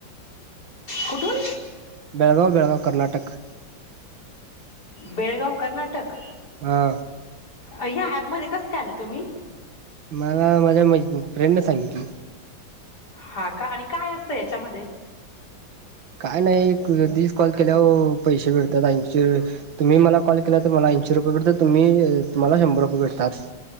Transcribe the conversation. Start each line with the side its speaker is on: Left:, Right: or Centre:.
Left: कुठून
Right: <inaudible>
Left: बेळगाव कर्नाटक.
Right: हा.
Left: हया ऍपमध्ये कसं काय आले तुम्ही.
Right: मला माझ्या फ्रेंडने सांगितली.
Left: हा का आणि काय असतं याच्यामध्ये.
Right: काय नाही कधीही कॉल केल्यावर पैसे भेटतात ऐंशी तुम्ही मला कॉल केला तर मला ऐंशी रुपये भेटतात तुम्ही तुम्हाला शंभर रुपये भेटतात.